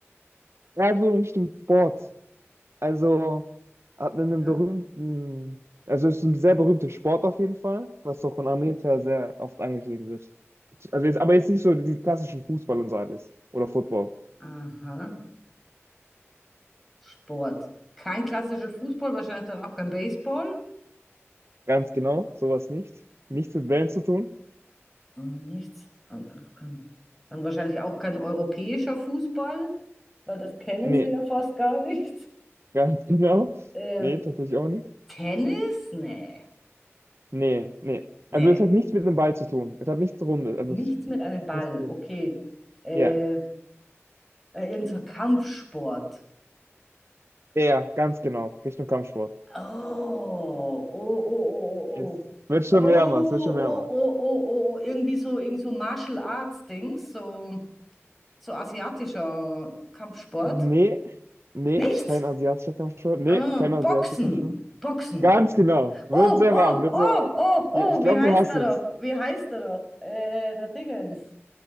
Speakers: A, on the right (about 65°); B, in the centre.
A: Ja, so in Richtung Sports. Also hat einen
B: Ja.
A: berühmten, also ist ein sehr berühmter Sport auf jeden Fall, was auch in Amerika sehr oft angeschrieben wird. Also jetzt, aber jetzt nicht so die klassischen Fußball und so alles. Oder Football.
B: Aha. Sport. Kein klassischer Fußball, wahrscheinlich dann auch kein Baseball.
A: Ganz genau, sowas nicht. Nichts mit Bällen zu tun.
B: Und nichts. Und auch kein, dann wahrscheinlich auch kein europäischer Fußball, weil das kennen
A: Nee,
B: sie ja fast gar nicht.
A: ganz <laughs> genau.
B: Äh,
A: Nee, tatsächlich auch nicht.
B: Tennis? Nee.
A: Nee, nee.
B: Nee.
A: Also es hat nichts mit dem Ball zu tun. Es hat nichts Runde, also
B: Nichts
A: es ist
B: mit einem Ball.
A: nichts Runde.
B: Okay. Äh,
A: Ja,
B: äh, irgend so ein Kampfsport.
A: ja, ganz genau. Richtung Kampfsport.
B: Oh, oh, oh,
A: Es
B: oh, oh.
A: wird schon
B: Oh, oh,
A: wärmer, es wird schon wärmer.
B: oh, oh, oh, oh. oh. Irgendwie so, irgend so Martial Arts Dings, so, so asiatischer Kampfsport.
A: Nee, nee,
B: Nichts.
A: kein asiatischer Kampfsport. Nee,
B: Ah,
A: kein asiatischer
B: Boxen.
A: Kampfsport.
B: Boxen.
A: Ganz genau. Wird
B: Oh,
A: sehr
B: oh,
A: warm, wird
B: oh,
A: sehr warm.
B: oh, oh,
A: Ja, Ich glaube,
B: wie heißt
A: du hast
B: er
A: es.
B: doch? Wie heißt er doch? Äh, der Dingens.